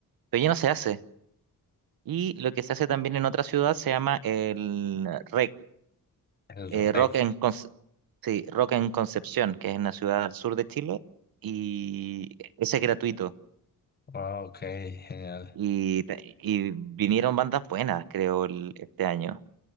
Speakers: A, on the right; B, on the left.
A: Pero ya no se hace. Y lo que se hace también en otra ciudad se llama el rec,
B: el
A: eh,
B: reg.
A: rock en, Conce- sí, Rock en Concepción, que es una ciudad al sur de Chile, y ese es gratuito.
B: Ah, ok, genial.
A: Y, ta- y vinieron bandas buenas, creo, el- este año.